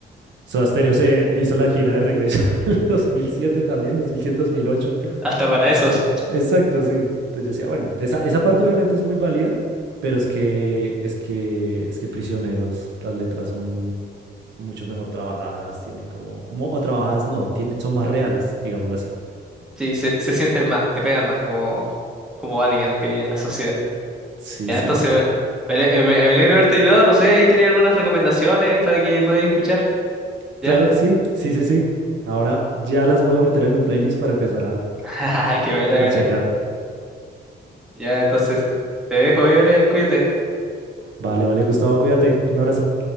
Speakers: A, on the right; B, in the centre.
A: Soda Stereo se hizo la gira de regreso <laughs> en el 2007 también, 2007-2008.
B: Hasta para esos.
A: Exacto, sí. Entonces yo decía, bueno, esa, esa parte obviamente es muy válida, pero es que, es que, es que prisioneros, las letras son mucho mejor trabajadas, tienen como, mo- o trabajadas no, tienen, son más reales, digámoslo así.
B: Sí, se, se sienten más, te pegan más como, como alguien que vive en la sociedad.
A: Sí,
B: Ya,
A: sí,
B: entonces,
A: pero
B: eh, me, ale- eh, me, me alegro de haberte ayudado. No sé, ahí tenía algunas recomendaciones para que podáis escuchar.
A: claro
B: Ya,
A: que sí, sí, sí, sí. Ahora ya las voy a meter en mi playlist para empezar a,
B: <laughs> qué buena,
A: a
B: buena.
A: checar.
B: Ya, entonces, te dejo ahí, Brian, cuídate.
A: Vale, vale, Gustavo, cuídate. Un abrazo.